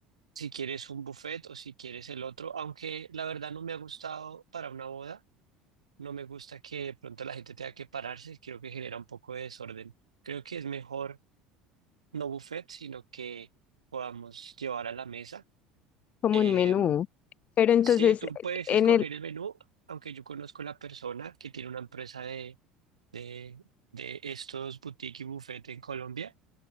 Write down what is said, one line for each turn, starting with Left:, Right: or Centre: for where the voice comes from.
Right: si quieres un buffet o si quieres el otro, aunque la verdad no me ha gustado para una boda, no me gusta que de pronto la gente tenga que pararse, creo que genera un poco de desorden. Creo que es mejor no buffet, sino que podamos llevar a la mesa.
Left: Como
Right: Eh,
Left: un menú. Pero entonces,
Right: sí, tú puedes
Left: en
Right: escoger el menú, aunque yo conozco la persona que tiene una empresa de, de, de estos boutique y buffet en Colombia,